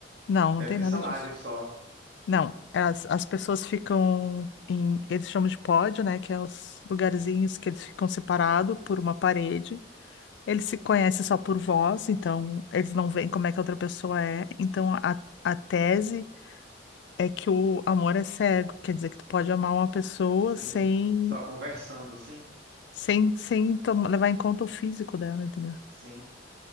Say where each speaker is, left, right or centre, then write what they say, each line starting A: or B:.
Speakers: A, on the left; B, on the right.
A: Não, não
B: Deve
A: tem
B: ter
A: nada
B: salário
A: disso.
B: só.
A: Não, as, as pessoas ficam em, eles chamam de pódio, né, que é os lugarzinhos que eles ficam separados por uma parede. Eles se conhecem só por voz, então eles não veem como é que a outra pessoa é. Então a, a tese é que o amor é cego, quer dizer que tu pode amar uma pessoa
B: Sim,
A: sem
B: só conversando, sim.
A: sem, sem tom- levar em conta o físico dela, entendeu?
B: Sim.